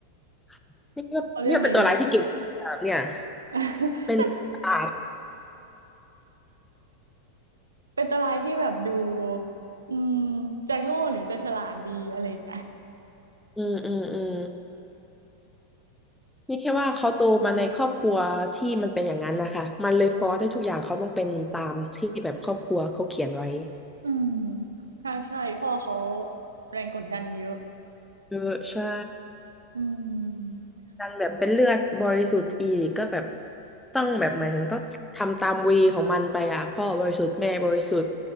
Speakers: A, in the centre; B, on the right.
A: ๆ <laughs> นี่ก็นี่ก็เป็นตัวร้ายที่เก่งมากเนี่ย
B: เขาเรียกอะไรดี <laughs>
A: เป็น
B: เป็น
A: <laughs> ศาสตร์
B: เป็นตัวร้ายที่แบบดูอืมจะโง่หรือจะฉลาดดีอะไรอย่างเงี้ย
A: อืมอืมอืม นี่แค่ว่าเขาโตมาในครอบครัวที่มันเป็นอย่างนั้นนะคะมันเลยฟอร์สให้ทุกอย่างเขาต้องเป็นตามที่แบบครอบครัวเขาเขียนไว้
B: อืมใช่ใช่พ่อเขาแรงกดดันเยอะ
A: เออใช่
B: อืม
A: ดันแบบเป็นเลือดบริสุทธิ์อีกก็แบบต้องแบบหมายถึงต้องทำตามวีของมันไปอ่ะพ่อบริสุทธิ์แม่บริสุทธิ์